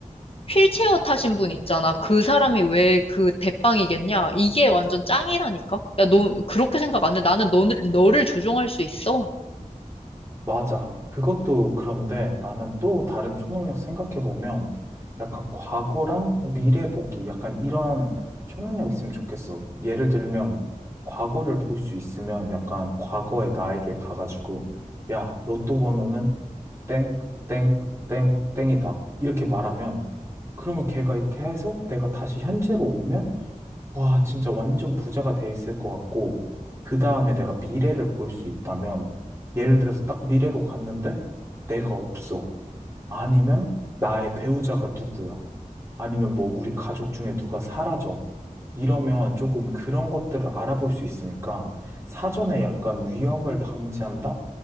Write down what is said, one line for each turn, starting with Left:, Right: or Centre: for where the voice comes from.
Left: 휠체어 타신 분 있잖아. 그 사람이 왜 그 대빵이겠냐? 이게 완전 짱이라니까. 야, 너 그렇게 생각 안 해? 나는 너를 너를 조종할 수 있어.
Right: 맞아. 그것도 그런데 나는 또 다른 초능력 생각해보면 약간 과거랑 미래 보기 약간 이런 초능력 있으면 좋겠어. 예를 들면 과거를 볼 수 있으면 약간 과거의 나에게 가가지고 야, 로또 번호는 땡, 땡, 땡, 땡이다. 이렇게 말하면 그러면 걔가 이렇게 해서 내가 다시 현재로 오면 와, 진짜 완전 부자가 돼 있을 것 같고, 그 다음에 내가 미래를 볼 수 있다면, 예를 들어서 딱 미래로 갔는데, 내가 없어. 아니면 나의 배우자가 누구야. 아니면 뭐 우리 가족 중에 누가 사라져. 이러면 조금 그런 것들을 알아볼 수 있으니까, 사전에 약간 위험을 방지한다?